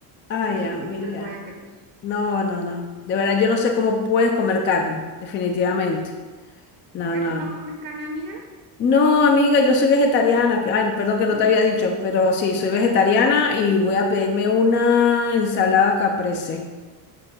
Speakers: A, on the left (about 30°); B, on the right (about 45°).
A: Ay,
B: Eso
A: amiga.
B: es lo que yo creo que voy a pedir.
A: No, no, no. De verdad, yo no sé cómo puedes comer carne, definitivamente. No,
B: ¿Que
A: no.
B: tú no comes carne, amiga?
A: No, amiga, yo soy vegetariana. Ay, perdón que no
B: Mm.
A: te había dicho, pero sí, soy vegetariana y voy a pedirme una ensalada caprese.